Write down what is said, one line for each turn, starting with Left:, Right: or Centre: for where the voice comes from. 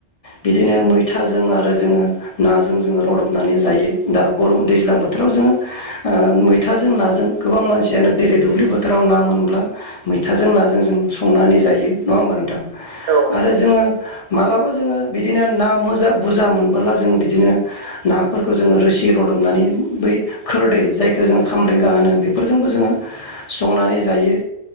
Left: बिदिनो मैथाजों आरो जोङो नाजों जोङो रदबनानै जायो दा गरम दैज्लां बोथोराव जोङो ओ मैथाजों नाजों गोबां मानसियानो देयलि दुब्लि फोथ थाराव ना मोनब्ला मैथाजों नाजों जों संनानै जायो नङा होमबा नोंथां?
Right: औ औ नंगौ
Left: आरो जोङो मालाबा जोङो बिदिनो ना मोजा बुरजा मोनबोला जोङो बिदिनो नाफोरखौ जोङो रोसि रदबनानै बै खोरदै जायखौ जोङो खामब्रेंगा होनो बेफोरजोंबो जोङो संनानै जायो।